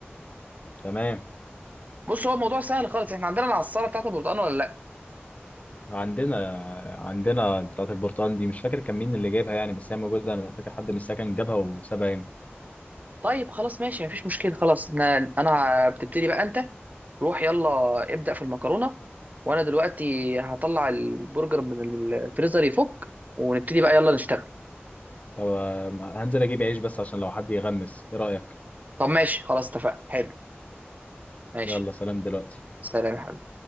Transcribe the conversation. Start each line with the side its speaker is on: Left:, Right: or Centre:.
Left: تمام
Right: بص هو الموضوع سهل خالص احنا عندنا العصارة بتاعت البرتقال ولا لا
Left: عندنا عندنا بتاعه البرتقال دي مش فاكر كان مين اللي جايبها يعني بس هي موجوده انا فاكر حد من السكن جابها وسابها هنا
Right: طيب خلاص ماشي مفيش مشكلة خلاص انا انا بتبتدي بقى انت روح يلا ابدأ في المكرونة وانا دلوقتي هطلع البرجر من الفريزر يفك ونبتدي بقى يلا نشتغل
Left: طب آه، هنزل اجيب عيش بس عشان لو حد يغمس ايه رأيك
Right: طب ماشي خلاص اتفقنا حلو ماشي
Left: يلا سلام دلوقتي
Right: سلام يا حبيبي